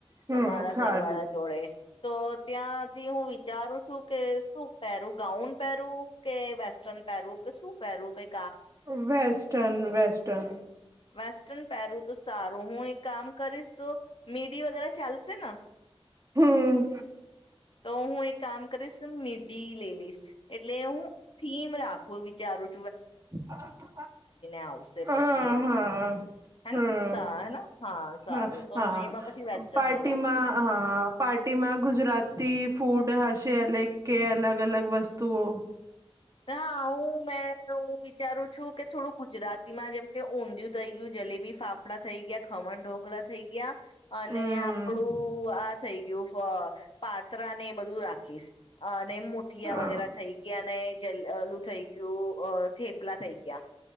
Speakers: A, on the right (about 35°); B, on the left (about 60°).
A: હમ
B: મારા
A: સારું
B: ઘરવાળા જોડે તો ત્યાંથી હું વિચારું છું કે શું પહેરું ગાઉન પહેરું કે વેસ્ટર્ન પહેરું કે શું પહેરું કઈ
A: વેસ્ટસ્ટર્ન વેસ્ટસ્ટન.
B: વેસ્ટર્ન પહેરવું તો સારું. હું એક કામ કરીશ તો મીડી વગેરે ચાલશેને?
A: હમ્મ
B: તો હું એક કામ કરીશ ને મી <unintelligible> એટલે હું થીમ રાખવું વિચારુ
A: હ
B: આવશે
A: હા
B: પછી એમાં હેને
A: હમ્મ
B: સા હેને હા સારું
A: હ
B: તો
A: હા
B: હું એમાં પછી વેસ્ટર્ન
A: પાર્ટીમાં
B: નું રાખીશ
A: હા પાર્ટીમાં ગુજરાતી ફૂડ હશે <unintelligible> કે અલગ અલગ વસ્તુઓ
B: ના હું હું મેું વિચારું છું કે થોડુંક ગુજરાતીમાં જેમ કે ઉંધીયુ થઇ ગયું જલેબી ફાફડા થઈ ગયા ખમણ ઢોકળા થઈ ગયા અને
A: હમ
B: આપડું આ થઈ ગયું પાત્રા ને બધું રાખીશ અ અને મુઠિયા
A: અ
B: વગેરે થઈ ગયા ને ઓલુ થઈ ગયું અ થેપલા થઈ ગયા